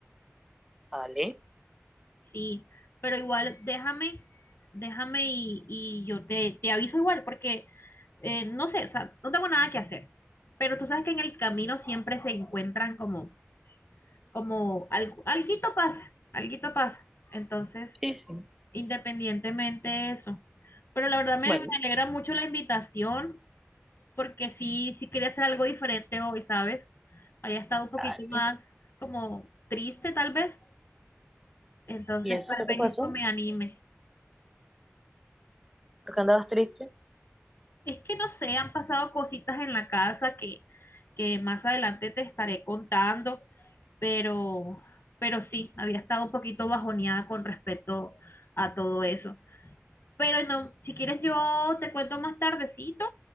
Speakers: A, in the centre; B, on the left.
A: Dale.
B: Sí, pero igual déjame, déjame y, y yo te, te aviso igual, porque eh, no sé, o sea, no tengo nada que hacer. Pero tú sabes que en el camino siempre se encuentran como, como al- alguito pasa, alguito pasa. Entonces,
A: Sí, sí.
B: independientemente de eso. Pero la verdad me
A: Bueno,
B: me alegra mucho la invitación. porque sí, sí quería hacer algo diferente hoy, ¿sabes? Había estado un poquito
A: dale.
B: más como triste tal vez, entonces
A: ¿Y eso
B: tal
A: qué te
B: vez
A: pasó?
B: esto me anime.
A: ¿Por qué andabas triste?
B: Es que no sé, han pasado cositas en la casa que, que más adelante te estaré contando, pero, pero sí, había estado un poquito bajoneada con respecto a todo eso. Pero no, si quieres yo te cuento más tardecito